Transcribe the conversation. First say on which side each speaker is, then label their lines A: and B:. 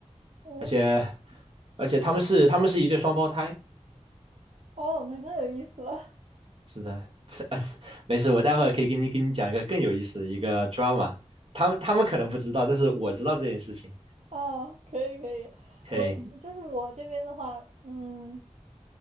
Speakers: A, on the right; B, on the right.
A: <laughs> 哦
B: 而且而且他们是他们是一对双胞胎，
A: 哦，那更有意思了。
B: 是的，<laughs> 这没事，我待会儿可以给你给你讲一个更有意思的一个 drama，他们他们可能不知道，但是我知道这件事情。
A: <laughs> 哦，可以可以，
B: 嘿，
A: 我就是我这边的话，嗯。